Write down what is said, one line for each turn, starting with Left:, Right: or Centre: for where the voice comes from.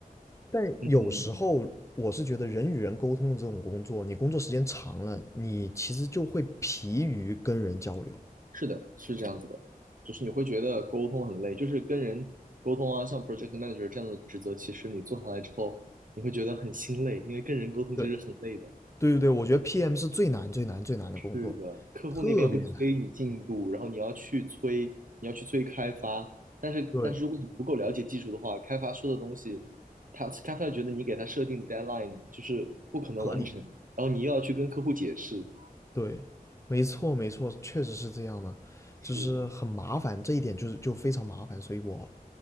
Left: 但有时候我是觉得人与人沟通的这种工作，
Right: 嗯嗯，
Left: 你工作时间长了，你其实就会疲于跟人交流。
Right: 是的，是这样子的，就是你会觉得沟通很累，就是跟人沟通啊，像 project manager 这样的职责，其实你做下来之后，你会觉得很心累，因为跟人沟通其实很累的。
Left: 对对对对，我觉得 PM 是最难最难最难的工作，
Right: 是的，客户那边会催你进度，
Left: 特别难。
Right: 然后你要去催，你要去催开发。但是，
Left: 对，
Right: 但是如果你不够了解技术的话，开发说的东西，他开发觉得你给他设定的 deadline 就是不可能完成，
Left: 合理。
Right: 然后你又要去跟客户解释。
Left: 对，没错没错，确实是这样的，
Right: 是，
Left: 就是很麻烦，这一点就是就非常麻烦，所以我